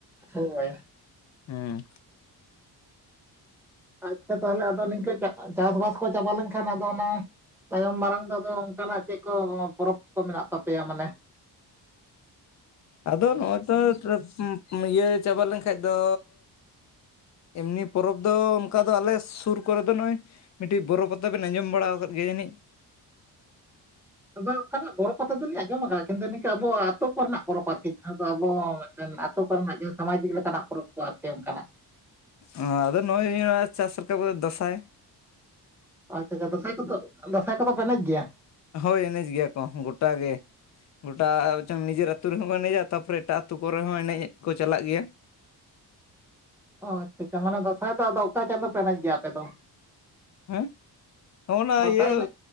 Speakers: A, in the centre; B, on the left.
A: ᱦᱚᱭ ᱾
B: ᱦᱮᱸ ᱾
A: ᱟᱪᱪᱷᱟ ᱛᱟᱦᱚᱞᱮ ᱟᱫᱚ ᱱᱤᱝᱠᱟᱹ ᱪᱟᱥᱵᱟᱥ ᱠᱚ ᱪᱟᱵᱟ ᱞᱮᱱᱠᱷᱟᱱ ᱟᱫᱚ ᱚᱱᱟᱼᱼ ᱛᱟᱭᱚᱢ ᱢᱟᱨᱟᱝ ᱫᱚ ᱟᱫᱚ ᱚᱱᱠᱟᱱᱟᱜ ᱪᱮᱫ ᱠᱚ ᱯᱚᱨᱚᱵᱽ ᱠᱚ ᱢᱮᱱᱟᱜ ᱛᱟᱯᱮᱭᱟ ᱢᱟᱱᱮ?
B: ᱟᱫᱚ ᱱᱚᱜᱼᱚᱭᱼᱼ <unintelligible> ᱤᱭᱟᱹ ᱪᱟᱵᱟ ᱞᱮᱱᱠᱷᱟᱱ ᱫᱚᱼᱼ ᱮᱢᱱᱤ ᱯᱚᱨᱚᱵᱽ ᱫᱚ ᱚᱱᱠᱟ ᱫᱚ ᱟᱞᱮ ᱥᱩᱨ ᱠᱚᱨᱮ ᱫᱚ ᱱᱚᱜᱼᱚᱭᱼᱼ ᱢᱤᱫᱴᱤᱡ ᱵᱚᱨᱚ ᱯᱟᱛᱟ ᱵᱤᱱ ᱟᱸᱡᱚᱢ ᱵᱟᱲᱟ ᱟᱠᱟᱫ ᱜᱮᱭᱟ ᱡᱟᱱᱤᱡ?
A: ᱟᱫᱚ ᱚᱱᱠᱟᱱᱟᱜ ᱵᱚᱨᱚ ᱯᱟᱛᱟ ᱫᱚᱞᱤᱧ ᱟᱸᱡᱚᱢ ᱟᱠᱟᱫᱟ, ᱠᱤᱱᱛᱩ ᱱᱤᱝᱠᱟᱹ ᱟᱵᱚᱣᱟᱜ ᱟᱛᱳ ᱠᱚᱨᱮᱱᱟᱜ ᱯᱚᱨᱚᱵᱽ ᱟᱨᱠᱤ ᱡᱟᱦᱟᱸ ᱫᱚ ᱟᱵᱚ ᱢᱤᱫᱴᱮᱱᱼᱼ ᱟᱛᱩ ᱠᱚᱨᱮᱱᱟᱜ ᱡᱟᱦᱟᱸ ᱥᱟᱢᱟᱡᱤᱠ ᱞᱮᱠᱟᱱᱟᱜ ᱯᱚᱨᱚᱵᱽ ᱠᱚ ᱟᱨᱠᱤ ᱚᱱᱠᱟᱱᱟᱜ ᱾
B: ᱱᱚᱣᱟᱫᱚ ᱱᱩᱭ ᱪᱟᱥ ᱨᱟᱠᱟᱵ ᱠᱟᱛᱮ ᱫᱟᱸᱥᱟᱭᱼᱼ
A: ᱟᱪᱪᱷᱟ ᱟᱪᱪᱷᱟ, ᱫᱟᱸᱥᱟᱭ ᱠᱚᱫᱚ ᱫᱟᱸᱥᱟᱭ ᱠᱚᱫᱚ ᱯᱮ ᱮᱱᱮᱡ ᱜᱮᱭᱟ?
B: ᱦᱳᱭ ᱮᱱᱮᱡ ᱜᱮᱭᱟ ᱠᱚ, ᱜᱚᱴᱟ ᱜᱮ ᱾ ᱜᱚᱴᱟ ᱪᱚᱝ ᱱᱤᱡᱮᱨ ᱟᱹᱛᱩ ᱨᱮᱦᱚᱸ ᱠᱚ ᱮᱱᱮᱡᱟ, ᱛᱟᱨᱯᱚᱨᱮ ᱮᱴᱟᱜ ᱟᱹᱛᱩ ᱠᱚᱨᱮ ᱦᱚᱸ ᱮᱱᱮᱡ ᱠᱚ ᱪᱟᱞᱟᱜ ᱜᱮᱭᱟ ᱾
A: ᱚ ᱟᱪᱪᱷᱟ ᱟᱪᱪᱷᱟ, ᱢᱟᱱᱮ ᱫᱟᱸᱥᱟᱭ ᱫᱚ ᱟᱫᱚ ᱚᱠᱟ ᱪᱟᱸᱫᱚ ᱯᱮ ᱮᱱᱮᱡ ᱜᱮᱭᱟ ᱟᱯᱮ ᱫᱚ?
B: ᱦᱮᱸᱜ? ᱦᱚᱸᱜᱼᱱᱟ
A: ᱫᱟᱸᱥᱟᱭ
B: ᱤᱭᱟᱹ
A: ᱮᱱᱮᱡ